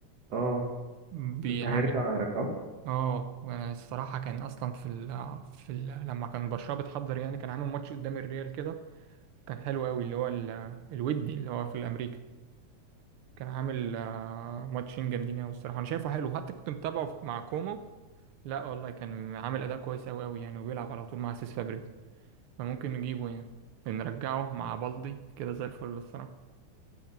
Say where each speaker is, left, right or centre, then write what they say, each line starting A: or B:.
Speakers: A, on the right; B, on the right.
A: اه
B: بيعمل
A: بس ده هيرجع يرجعه
B: اه وانا الصراحه كان اصلا في ال... في ال... لما كان برشلونه بتحضر يعني كان عامل ماتش قدام الريال كده كان حلو قوي اللي هو ال- الودي اللي هو في الامريكا كان عامل آه، ماتشين جامدين قوي الصراحه انا شايفه حلو حتى كنت متابعه مع كومو لا والله كان عامل اداء كويس قوي قوي يعني وبيلعب على طول مع سيس فابريجاس فممكن نجيبه يعني نرجعه مع بالدي كده زي الفل الصراحه